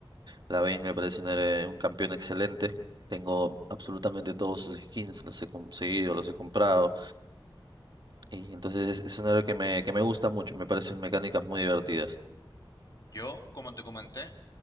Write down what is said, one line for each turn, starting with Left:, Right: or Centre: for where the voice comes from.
Right: Lavine me parece un, héroe- un campeón excelente. Tengo absolutamente todos sus skins, los he conseguido, los he comprado. Y entonces es, es un héroe que me, que me gusta mucho, me parecen mecánicas muy divertidas.
Left: Yo, como te comenté,